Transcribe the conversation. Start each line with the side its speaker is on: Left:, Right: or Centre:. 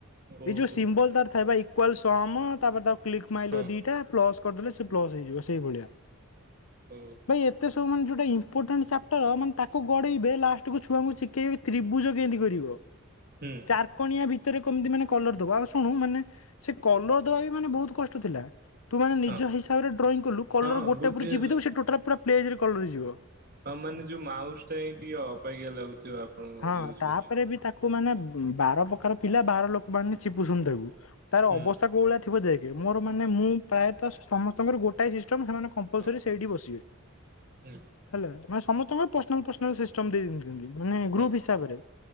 Left: ଏଇ
Right: ଓହୋ
Left: ଯୋଉ ସିମ୍ବଲ ତାର ଥାଏ ବା ଇ ଇକ୍ୱାଲ, ସମ ତାପରେ ତାକୁ କ୍ଲିକ୍ ମାଇଲେ
Right: ହଁ
Left: ଦିଟା ପ୍ଲସ୍ ପ୍ଲସ୍ ହେଇଯିବ ସେଇଭଳିଆ।
Right: ଓ
Left: ଭାଇ ଏତେ ସବୁ ମାନେ ଯୋଉଟା ଇମ୍ପୋର୍ଟାଣ୍ଟ ଚାପ୍ଟର ମାନେ ତାକୁ ଗଡେଇବେ ଲାଷ୍ଟକୁୁ ଛୁଆଙ୍କୁ <unintelligible> ତ୍ରିଭୁ ତ୍ରିଭୁଜ କେମତି କରିବ
Right: ହୁଁ
Left: ଚାରକୋଣିଆ ଭିତରେ କେମିତି ମାନେ କଲର ଦବା‌ ଶୁଣୁ ମାନେ ସେ କଲର ଦବାବି ମାନେ ବହୁତ୍ କଷ୍ଟ ଥିଲା। ନିଜ
Right: ହଁ
Left: ହିସାବରେ ଡ୍ରଇଂ କଲୁ କଲର
Right: ହଁ
Left: ଗୋଟେ
Right: ବୁଝିଗଲା
Left: ଉପରେ ଚିପିଦବୁ ଟୋଟାଲ୍ ପୁରା ପେଜ୍ କଲର ହେଇଯିବ।
Right: ହଁ ମାନେ ଯଉ ମାଉସ୍ ଟା ହିଁ ଟିକେ ଅବାଗିଆ ଲାଗୁଥିବ। ଆପଣଙ୍କୁ
Left: ହଁ
Right: ୟୁଜ
Left: ତାପରେ
Right: କରିବା।
Left: ବି ତାକୁ ମାନେ ବାର ପ୍ରକାର ପିଲା ବାର ଲୋକ ମାନେ ଚିପୁଚନ୍ତି ତାକୁ ତାର
Right: ହୁଁ
Left: ଅବସ୍ଥା କୋଉ ଭଳିଆ ଥିବ ଦେଖ୍ ମୋର ମାନେ ମୁଁ ପ୍ରାୟତ ସମସ୍ତଙ୍କର ଗୋ ଥାଏ ସିଷ୍ଟମ୍ ସେମାନେ କମ୍ପଲସରି
Right: ହଁ
Left: ସେଇଠି ବସିବେ
Right: ହୁଁ
Left: ହେଲା। ମାନେ ସମସ୍ତଙ୍କର ପର୍ସନାଲ ପର୍ସନାଲ ସିଷ୍ଟମ୍ ଦେଇ <unintelligible> ମାନେ ଗ୍ରୁପ୍
Right: ହଁ
Left: ହିସାବରେ